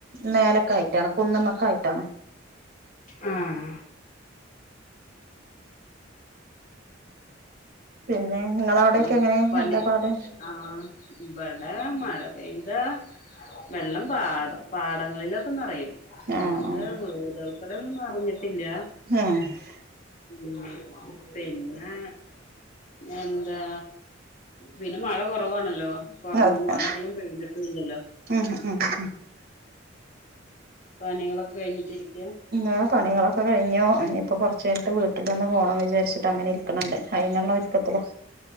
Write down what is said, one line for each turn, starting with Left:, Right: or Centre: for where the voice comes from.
Right: മേലക്ക ആയിട്ടാണ് കുന്നമ്മക്കായിട്ടാണ്
Left: ഉം
Right: പിന്നെ നിങ്ങളവിടെക്കെ
Left: പിന്നെ
Right: എങ്ങനെ
Left: പനി
Right: എന്താ പാട്
Left: ആ ഇവിടെ മഴ പിന്റെ വെള്ളം പാട പാടങ്ങളിലൊക്കെ നിറയും നല്ലത്
Right: ആഹ് ആഹ്
Left: വീടുക ഇടന്നും നറിഞ്ഞിട്ടില്ല
Right: ആഹ്
Left: ഉ പിന്നെ പിന്നെ എന്താ പിന്നെ മഴ കുറവാണല്ലോ കൊറഞ്ഞ
Right: അതെ
Left: മഴ അധികം പെയ്തിട്ടും ഇല്ലല്ലോ
Right: ഉം ഉം ഉം
Left: പനികളൊക്കെ കഴിഞ്ഞിട്ടി ഇരിക്കയാ
Right: ആ പണികളൊക്കെ കഴിഞ്ഞോ ഇനിയിപ്പോൾ കുറച്ച് കഴിഞ്ഞട്ട് വീട്ടിൽ നിന്ന് പോകണം വിചാരിച്ചിട്ട് അങ്ങനെ ഇരിക്കണുന്നുണ്ട് അയിതിനുള്ള ഒരുക്കത്തില്ല്ല